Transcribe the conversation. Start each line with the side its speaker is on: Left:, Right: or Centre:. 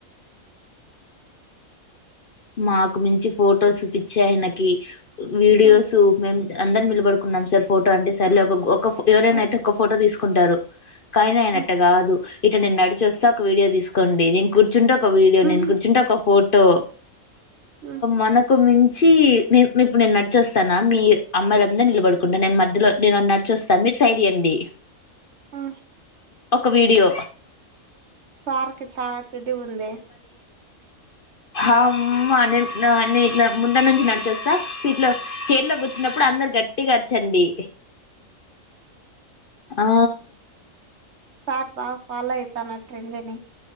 Left: మాకు మించి ఫొటోస్ పిచ్చే ఆయనకి వీడియోస్
Right: ఉమ్
Left: మేం అందరు నిలబడుకున్నాం సార్ ఫోటో అంటే ఎవరైనా
Right: ఉమ్
Left: అయితే ఒక్క ఫోటో తీసుకుంటారు కానా అయినట్ట
Right: ఉమ్
Left: కాదు ఇటు నేను నడిచస్తే ఒక వీడియో తీసుకోండి నేను కూచుంట ఒక వీడియో
Right: ఉమ్
Left: నేను కూర్చుంట ఒక ఫోటో
Right: ఉమ్ ఉమ్
Left: మనకు మించ చ్చి నేను మీప్పుడు నేను నడిచేస్తాను మీ అమ్మాయిలందా నిలబడుకుంటాను నేను మధ్యలో నేను నడిచేస్తాను మీ సైడ్ ఇయ్యాండి
Right: ఉమ్
Left: ఒక వీడియో
Right: సార్కి చాలా తెలివి ఉందే
Left: అ నేను నే ఇట్లా ముంద నుంచి నడిచేస్తను సీట్లో చైర్ లో కూర్చున్నపుడు అందరు గట్టిగా అరచండి ఆ
Right: సార్ బాగా ఫాలో అయితనాడు ట్రెండ్ని